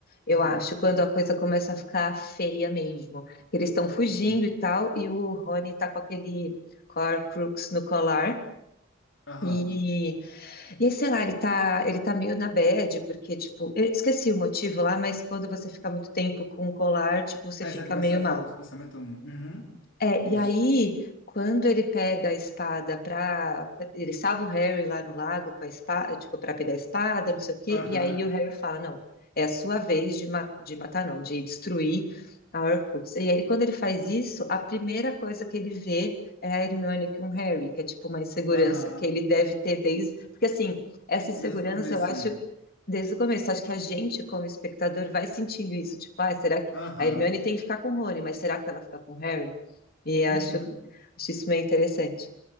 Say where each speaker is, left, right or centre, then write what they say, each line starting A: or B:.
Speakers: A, on the left; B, on the left.
A: eu
B: Aham,
A: acho, quando a coisa começa a ficar feia mesmo. Eles estão fugindo
B: uhum,
A: e tal, e o Rony tá com aquele Horcrux no colar.
B: aham.
A: E, e aí, sei lá, ele tá, ele tá meio na bad, porque, tipo, eu esqueci o motivo lá, mas quando você fica muito tempo com o colar, tipo, você
B: Aí
A: fica
B: você começa
A: meio
B: a ficar
A: mal.
B: com os pensamentos, "Hum, uhum,
A: É,
B: isso.
A: e aí, quando ele pega a espada para. Ele salva o Harry lá no lago com a espada, tipo, para pegar a espada, não sei o quê.
B: Aham,
A: E aí o Harry fala: não, é a sua vez de, ma- de matar, não, de destruir a Horcrux. E aí, quando ele faz isso, a primeira coisa que ele vê é a Hermione com o Harry, que é tipo uma insegurança
B: aham.
A: que ele deve ter desde. Porque assim, essa insegurança
B: Desde o começo,
A: eu acho.
B: né?
A: Desde o começo, acho que a gente, como espectador, vai sentindo isso. Tipo, ah, será que
B: Aham.
A: a Hermione tem que ficar com o Rony, mas será que ela fica com o Harry? E
B: Uhum.
A: acho, acho isso meio interessante.